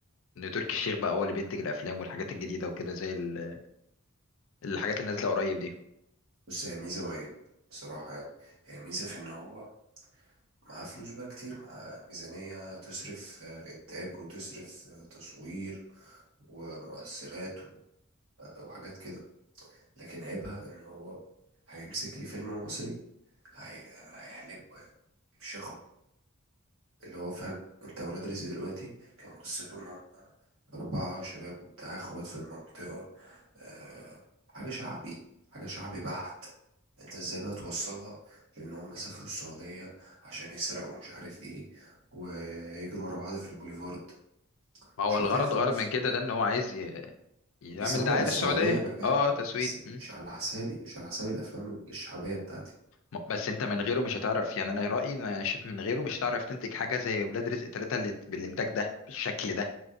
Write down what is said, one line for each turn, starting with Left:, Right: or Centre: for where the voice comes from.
Left: ان تركي الشيخ بقى هو اللي بينتج الافلام والحاجات الجديده وكده زي ال- الحاجات اللي نازله قريب دي
Right: بص هي ميزة وعيب بصراحة يعني هي ميزة في إن هو معاه فلوس بقى كتير معاه ميزانية تصرف آه، إنتاج وتصرف آه، تصوير ومؤثرات و- آه، وحاجات كده لكن عيبها إن هو هيمسك لي فيلم مصري هي... هيحلبه يعني، مش ياخد اللي هو فاهم انت ولاد رزق دلوقتي كان قصته ان أربعة شباب وبتاع إخوات في المنطقة أه حاجة شعبي حاجة شعبي بحت أنت إزاي بقى توصلها لأن هم سافروا السعودية عشان يسرقوا مش عارف إيه ويجروا ورا بعض في البوليفارد
Left: ما هو
Right: مش
Left: الغرض
Right: واقعي خالص
Left: غرض من كده ده ان هو عايز ي- يعمل
Right: بيسوق
Left: دعايه
Right: للسعودية
Left: للسعوديه
Right: أنا فاهم
Left: اه تسويق
Right: بس مش
Left: مم.
Right: على حسابي مش على حساب الأفلام الشعبية بتاعتي
Left: م- بس انت من غيره مش هتعرف يعني انا رايي إن انا شايف من غيره مش هتعرف تنتج حاجه زي ولاد رزق ثلاثة اللي بالانتاج ده بالشكل ده